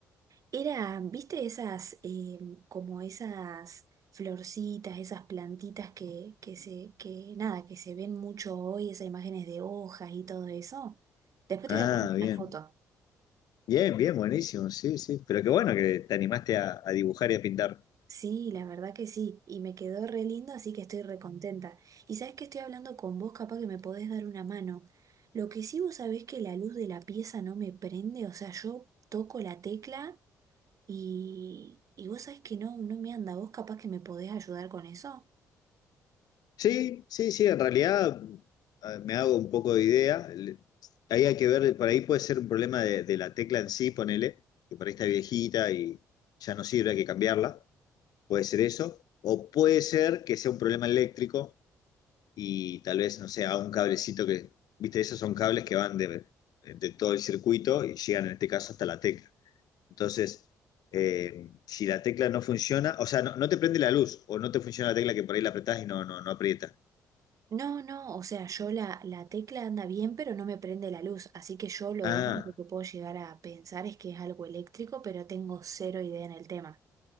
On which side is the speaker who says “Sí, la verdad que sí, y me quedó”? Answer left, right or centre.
Right